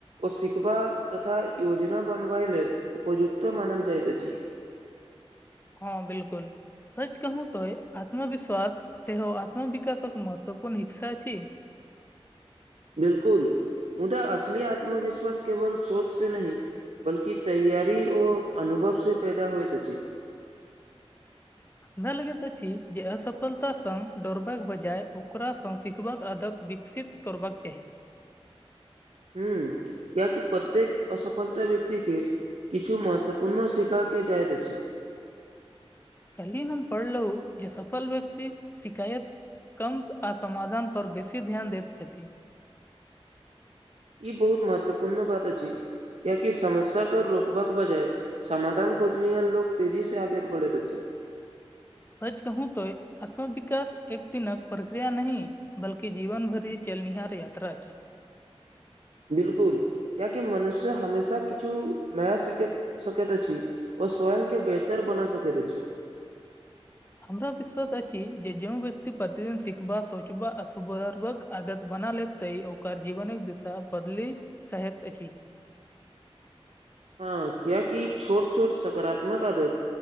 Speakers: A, on the right; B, on the left.
A: ओ सिखबा तथा योजना बनबा लेल उपयुक्तो मानल जाइत अछि। <inaudible>
B: हँ बिलकुल सच कहू तो आत्मविश्वास सेहो आत्म विकासक मत तऽ कोन रिक्सा छी?
A: बिलकुल मुदा असली आत्मविश्वास केवल सोच से नहि बल्कि तैयारी ओ अनुभव से पैदा होएत अछि।
B: हमरा लगैत अछि जे असफलता सग दोड़ बाक बजाय ओकरा सग सिखबाक आदत विकसित करबाक चाही।
A: हूं किया कि प्रत्येक असफलता व्यकतिके किछु महत्वपूर्ण सीखा के जाइत अछि।
B: कलही हम पडलहु जे सफल व्यक्ति सि शिकायत कम आ समाधान पर बेसी ध्यान देैत छथि।
A: ई बहुत महत्व पूर्ण बात अछि कियाकि समस्या पर रोकबाक बजाय समाधान खोजनीहार लोक तेजी सेआगे पढ़ैत अछि।
B: सच कहू त आत्मविकास एक दिन क प्रक्रिया नहि बल्की जीवन भरि चलनिहार यात्रा अछि।
A: बिलकुल कियाकि मनुष्य हमेशा किछु नया सखैत सकैत अछि। ओ स्वयंके बेहतर बना सकैत अछि।
B: हमरा विश्वास अछि जे ज्यों व्यक्ति प्रतिदिन सिखबा सोचबा आ सुारक आदत बना लेत ते ओकर जीवनक दिशा बदलि साहैत अछि।
A: हँ कियाकी छोट छोट सकारात्मक आदत